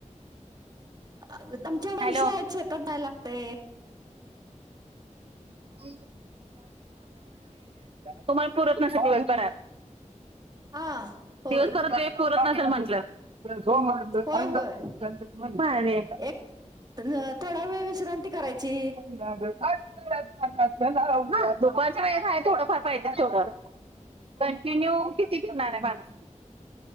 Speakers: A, on the right; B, on the right.
A: आम्हच्या
B: हॅलो
A: मशी आहेत, शेतात जाय लागते.
B: <unintelligible> तुम्हाला पुरत नसेल दिवसभरात.
A: हा होय
B: दिवसभरात वेळ पुरत नसेल म्हंटलं. <unintelligible>
A: होय होय.
B: भारीये
A: एक थोडा वेळ विश्रांती करायची.
B: हा दुपारच्या वेळेत आहे थोडाफार पाहिजेल तेवढं. <inaudible> कंटिन्यू किती फिरणार आहे माणूस.